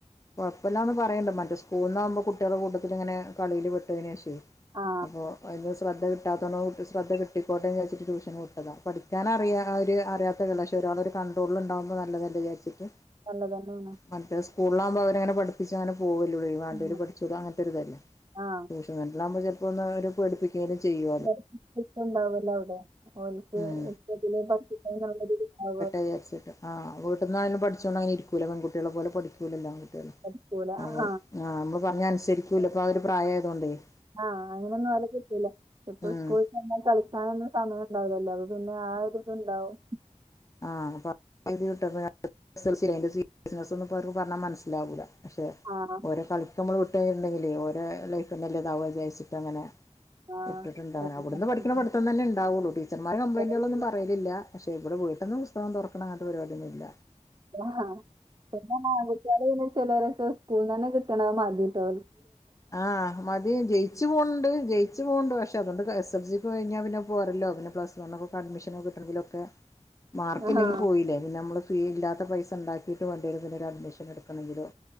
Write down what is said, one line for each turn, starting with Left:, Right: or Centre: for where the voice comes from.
Left: കൊഴപ്പല്ലന്ന് പറയേണ്ട് മറ്റേസ്കൂളിലാകുമ്പോ കുട്ടികൾടെ കൂട്ടത്തിൽ ഇങ്ങനെ കളിയില് പെട്ടതിന് ശേഷമേ
Right: ആ
Left: അപ്പൊ അന് ശ്രദ്ധ കിട്ടാത്തോണ്ട് കുട്ടി ശ്രദ്ധ കിട്ടിക്കോട്ടെന്ന് വിചാരിച്ചിട്ട് ട്യൂഷന് ന്ന് വിട്ടതാ പഠിക്കൻനാറിയവര് അറിയാത്തവര് ന്നല്ല പക്ഷെ ഒരാള്ടെ ഒരു കണ്ടട്രോളിൽ ഉണ്ടാവുമ്പോൾ നല്ലതല്ല- വിചാരിച്ചിട്ട്
Right: നല്ലത് തന്നെയാണ്
Left: മറ്റേത് സ്കൂളിൽ ആവുമ്പോ അവര് അങ്ങനെ പഠിപ്പിച്ചാലും പോവല ഇവര് വേണ്ടവരു
Right: ഉം.
Left: പഠിച്ചോ അങ്ങനത്തൊരു ഇതല്ലേ
Right: ആ
Left: ട്യൂഷൻ വീട്ടിലാകുമ്പോ ചിലപ്പോന്നു അവര് പേടിപ്പിക്കുങ്കിലും ചെയ്യൂ
Right: കൊറച്ചു സ്ട്രക്റ്റ്ണ്ടാവല്ലോ അവിടെ ഓർക്ക്
Left: ഉം
Right: ഇഷ്‌ടത്തിന്ന് <unintelligible>
Left: വിചാരിച്ചട്ട് ആ വീട്ടന്നായാലും പഠിച്ചോണ്ട് അനെ ഇരിക്കൂല്ല പെൺകുട്ടളെ പോലെ പഠിക്കൂലല്ലോ ആൺകട്ടികള്
Right: പഠിക്കൂല
Left: അതെ
Right: ആ
Left: ആഹ് നമ്മ പറഞ്ഞ അനുസരിക്കൂല ഇപ്പ ആഹ് ഒര് പ്രായ ആതുകൊണ്ടേ-
Right: ആഹ് അങ്ങനൊന്നും അവനെ കട്ടില്ല ഇപ്പ
Left: ഉം
Right: സ്കൂൾ പിന്നെ കളിക്കാനൊന്നും സമയം ഉണ്ടാവില്ലല്ലോ അപ്പൊ പിന്നെ ആഹ് ഒരിതുണ്ടാവും
Left: ആഹ് അപ്പൊട്ട <unintelligible> എസ് എസ് എൽ സി അതിന്റെ സീരിയസ് ഒന്നും ഇപ്പ അവർക്ക് പറഞ്ഞ മനസ്സിലാവൂല്ല പക്ഷെ
Right: ആഹ് -
Left: ഓരോ കളക്ക് നമ്മൾ വിട്ട്ഴിട്ടുണ്ടെങ്കിലെ ഓര ലൈഫല്ലേതാവുക ന്ന് വിചാരിച്ചിട്ടങ്ങനെ
Right: ആ ആ
Left: ഇട്ടിട്ടുണ്ടാവ
Right: ഓർക്ക്
Left: അവിടുന്ന്
Right: പഠിക്കാൻ
Left: പഠിക്കണ പടിത്തം തന്നെ ഉണ്ടാവുള്ളൂടീച്ചർമാർ കംപ്ലയിന്റുകളൊന്നും
Right: കഴിയില്ല.
Left: പറയില്ല പക്ഷെ ഇവിടെ ഞാൻ പുസ്തകം തുറക്കണ അങ്ങനത്തെ പരിപാടിയൊന്നുല്ല.
Right: ആഹ് പിന്നെങ്ങാനും. ഇവിടന്ന് ചിലരൊക്കെ സ്കൂൾ തന്നെ കിട്ടണ മതി ട്ടോ.
Left: ആഹ് മതി ജയിച്ചു പോണണ്ട് ജയി- പോകുന്നുണ്ട് പക്ഷെ അതൊണ്ട് എസ് എൽ സിക്ക് കിഞ്ഞാൽ പിന്ന പോരല്ലോ പിന്നെ പ്ലസ്- വണ്ണിന് അഡ്മിഷനൊക്കെ കിട്ടണെങ്കിലൊക്കെ മാർക്ക്
Right: ആഹ്
Left: ഇല്ലെങ്കി പോയി- ഇല്ലേ പിന്നെ നമ്മള് ഫീ ഇല്ലാത്ത പൈസ ഇണ്ടാക്കിട്ട് വേണ്ടേരും അഡ്മിഷൻ എടുക്കണെകിലോ?